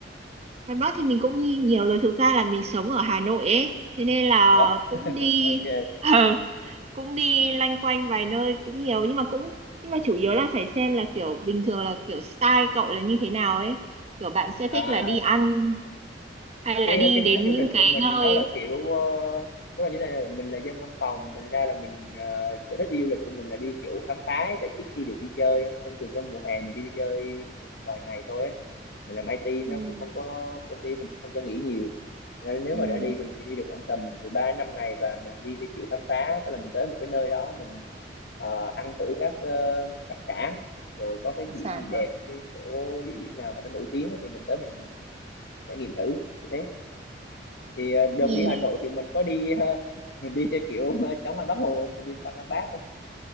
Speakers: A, on the right; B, on the left.
A: ngoài Bắc thì mình cũng đi nhiều rồi thực ra là mình sống ở Hà Nội ấy thế nên là
B: Ủa?
A: cũng đi
B: Ok.
A: <laughs> ờ, cũng đi loanh quanh vài nơi cũng nhiều nhưng mà cũng nhưng mà chủ yếu là phải xem là kiểu bình thường là kiểu style cậu là như thế nào ấy kiểu bạn sẽ thích
B: À
A: là đi ăn hay
B: cái
A: là đi
B: cái
A: đến
B: sở thích du
A: những
B: lịch
A: cái
B: của mình
A: nơi
B: nó là kiểu ờ, tức là như thế này là mình là dân văn phòng thành ra là mình ờ, sở thích đi du lịch của mình là đi kiểu khám phá ấy, tại vì ít khi được đi chơi á. thông thường trong mùa hè mình chỉ đi chơi vài ngày thôi ấy. mình làm IT nó
A: ừ,
B: cũng không có công ty cũng không cho nghỉ nhiều Thành ra nếu
A: ừ.
B: mà đã đi thì mình chỉ đi được khoảng tầm từ 3 đến 5 ngày và mình đi theo kiểu khám phá tức là mình tới một cái nơi đó mình ờ, ăn thử các ờ, đặc sản rồi có cái điểm
A: đặc sản
B: gì
A: hả
B: đẹp cái chỗ địa điểm nào mà nó nổi tiếng ấy thì mình tới mình trải nghiệm thử như thế thì ờ, đợt
A: thì
B: đi Hà Nội thì mình có đi ờ, <laughs> mình đi theo kiểu ờ, chống hoa Bác Hồ mình đi thăm Lăng Bác ấy.